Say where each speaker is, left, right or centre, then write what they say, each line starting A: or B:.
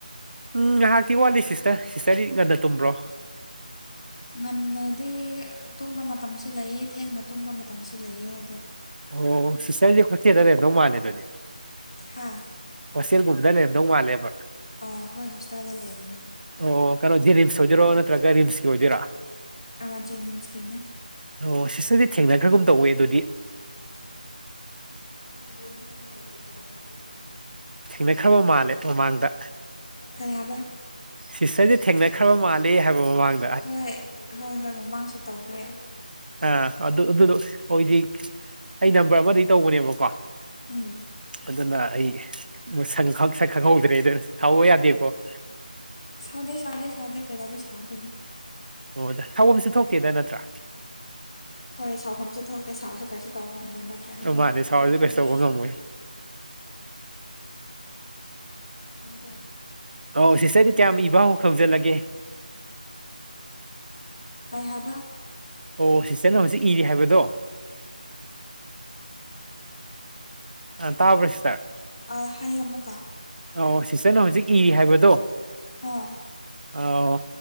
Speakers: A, on the right; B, on the left.
A: ꯎꯝ ꯉꯥꯏꯍꯥꯛꯇꯤ ꯋꯥꯠꯂꯤ ꯁꯤꯁꯇꯔ ꯁꯤꯁꯇꯔꯗꯤ ꯉꯟꯅ ꯇꯨꯝꯕ꯭ꯔꯣ
B: ꯉꯟꯅꯗꯤ ꯇꯨꯝꯕ ꯃꯇꯝꯁꯨ ꯂꯩꯌꯦ ꯊꯦꯡꯅ ꯇꯨꯝꯕ ꯃꯇꯝꯁꯨ ꯂꯩꯌꯦ ꯑꯗꯣ
A: ꯑꯣ ꯁꯤꯁꯇꯔꯖꯤ ꯍꯣꯇꯦꯜꯗ ꯂꯩꯔꯝꯗꯧ ꯃꯥꯜꯂꯦ ꯗꯨꯗꯤ꯫
B: ꯍꯥꯥ
A: ꯍꯣꯁꯇꯦꯜꯒꯨꯝꯕꯗ ꯂꯩꯔꯝꯗꯧ ꯃꯥꯜꯂꯦꯕ
B: ꯑ ꯍꯣꯏ ꯍꯣꯁꯇꯦꯜꯗ ꯂꯩꯕꯅꯦ
A: ꯑꯣ ꯀꯩꯅꯣ ꯖꯦꯅꯤꯝꯁ ꯍꯣꯏꯗꯣꯏꯔ ꯅꯠꯇꯒ ꯔꯤꯝꯁ ꯀꯤ ꯑꯣꯏꯗꯣꯏꯔꯥ
B: ꯑ ꯖꯦꯅꯤꯝꯁꯀꯤꯅꯦ
A: ꯑꯣ ꯁꯤꯁꯇꯔꯗꯤ ꯊꯦꯡꯅꯈ꯭ꯔꯒꯨꯝ ꯇꯧꯋꯦ ꯑꯗꯨꯗꯤ
B: <unintelligible>
A: ꯊꯦꯡꯅꯈ꯭ꯔꯕ ꯃꯥꯜꯂꯦ ꯃꯃꯥꯡꯗ
B: ꯀꯌꯥꯕ
A: ꯁꯤꯁꯇꯔꯖꯦ ꯊꯦꯡꯅꯈ꯭ꯔꯕ ꯃꯥꯜꯂꯦ ꯍꯥꯏꯕ ꯃꯃꯥꯡ
B: ꯍꯣꯏ ꯍꯣꯏ ꯍꯣꯏ ꯃꯃꯥꯡꯁꯨ ꯇꯧꯈ꯭ꯔꯦ
A: ꯑꯥ ꯑꯗꯨ ꯑꯗꯨꯗꯣ ꯍꯧꯖꯤꯛ ꯑꯩ ꯅꯝꯕꯔ ꯑꯃꯗꯩꯩ ꯇꯧꯕꯅꯦꯕꯀꯣ
B: ꯎꯝ
A: ꯑꯗꯨꯅ ꯑꯩ ꯁꯪ ꯈ ꯁꯛ ꯈꯪꯍꯧꯗ꯭ꯔꯦ ꯑꯗꯨꯅ ꯁꯥꯎꯕ ꯌꯥꯗꯦꯀꯣ
B: ꯁꯥꯎꯗꯦ ꯁꯥꯎꯗꯦ ꯁꯥꯎꯗꯦ ꯀꯩꯗꯧꯕꯩ ꯁꯥꯎꯗꯣꯏꯅꯣ
A: ꯑꯣꯗ ꯁꯥꯎꯕꯝꯁꯨ ꯊꯣꯛꯇꯦꯗ ꯅꯠꯇ꯭ꯔꯥ
B: ꯍꯣꯏ ꯁꯥꯎꯐꯝꯁꯨ ꯊꯣꯛꯇꯦ ꯁꯥꯎꯔꯁꯨ ꯀꯩꯁꯨ ꯇꯧꯕ ꯉꯝꯔꯣꯏ ꯅꯠꯇ꯭ꯔꯥ
A: ꯑꯣ ꯃꯥꯅꯦ ꯁꯥꯎꯔꯁꯨ ꯀꯩꯁꯨ ꯇꯧꯕ ꯉꯝꯃꯣꯏ
B: ꯃꯥꯗꯣ
A: ꯑ ꯁꯤꯁꯇꯔꯗꯤ
B: ꯈꯪꯗ꯭ꯔꯥ
A: ꯀꯌꯥꯝ ꯏꯕ ꯍꯧꯍꯧꯖꯤꯜꯂꯒꯦ꯫
B: ꯀꯥꯏ ꯍꯥꯏꯕ꯫
A: ꯑꯣ ꯁꯤꯁꯇꯔꯅ ꯍꯧꯖꯤꯛ ꯏꯔꯤ ꯍꯥꯏꯕꯗꯣ꯫ ꯑ ꯇꯥꯕ꯭ꯔꯣ ꯁꯇꯔ
B: ꯑ ꯍꯥꯌꯣ ꯃꯨꯀꯥ
A: ꯑ ꯑꯣ ꯁꯤꯁꯇꯔꯅ ꯍꯧꯖꯤꯛ ꯏꯔꯤ ꯍꯥꯏꯕꯗꯣ꯫
B: ꯑꯥ꯫
A: ꯑ ꯑꯣ